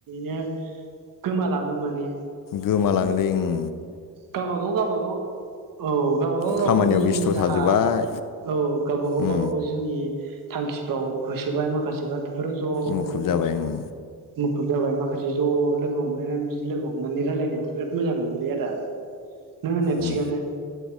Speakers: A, on the right (about 65°); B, on the left (about 65°).
A: नो गोमालाङो माने
B: गोमालाङोलै ओं।
A: गाबागाव गाबागाव औ गावबागाव गावबागाव
B: खामानियाव
A: जिउनि
B: बेस्थ'
A: राहा
B: थाजोब्बाय
A: औ गावबागाव
B: उम
A: गावबागाव जिउनि थांखिफ्राव होसोबाय माखासेफ्रा बेफोराव ज'नो
B: मुखुब जाबाय उम
A: मु खुब जाबाय माखासे ज' लोगो हमलायनानै बिदि लोगो हमनानै रायलायनायाव बिराद मोजां मोनोलै आदा। नों होननाय
B: उम
A: थिगानो।